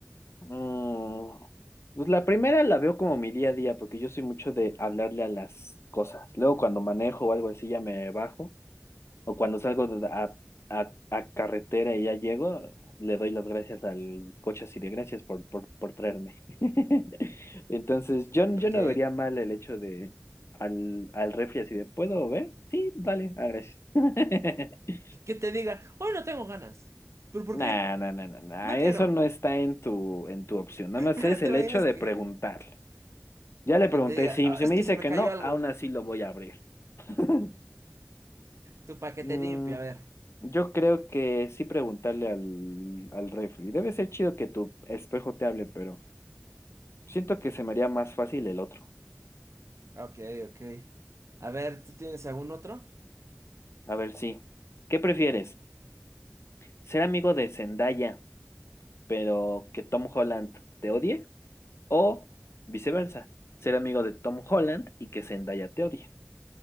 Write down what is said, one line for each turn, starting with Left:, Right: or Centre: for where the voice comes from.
Left: mm, pues la primera la veo como mi día a día, porque yo soy mucho de hablarle a las cosas. Luego cuando manejo o algo así ya me bajo, o cuando salgo de- a, a- a carretera y ya llego, le doy las gracias al coche así de gracias por, por, por traerme. <laughs> Entonces yo, yo
Right: Ok.
Left: no vería mal el hecho de al, al refri así de, ¿puedo ver? Sí, vale, ah, gracias. <laughs>
Right: Que te digan, hoy no tengo ganas. ¿Pero por
Left: Nah,
Right: qué?
Left: nah, nah, nah, nah,
Right: No
Left: Eso
Right: quiero.
Left: no está en tu, en tu opción. Nada
Right: <laughs>
Left: más
Right: Pero
Left: es el
Right: te imaginas
Left: hecho de
Right: que...
Left: preguntarle. Ya le
Right: Y
Left: pregunté,
Right: te diga,
Left: si,
Right: "Ah,
Left: si
Right: es
Left: me
Right: que
Left: dice
Right: se me
Left: que
Right: cayó
Left: no,
Right: algo.
Left: aún así lo voy a abrir. <laughs>
Right: Tu paquete
Left: Mm,
Right: limpio, a ver.
Left: yo creo que sí preguntarle al, al refri. Debe ser chido que tu espejo te hable, pero siento que se me haría más fácil el otro.
Right: Ok, ok. A ver, ¿tú tienes algún otro?
Left: A ver, sí. ¿Qué prefieres? ¿Ser amigo de Zendaya, pero que Tom Holland te odie? ¿O viceversa? ¿Ser amigo de Tom Holland y que Zendaya te odie?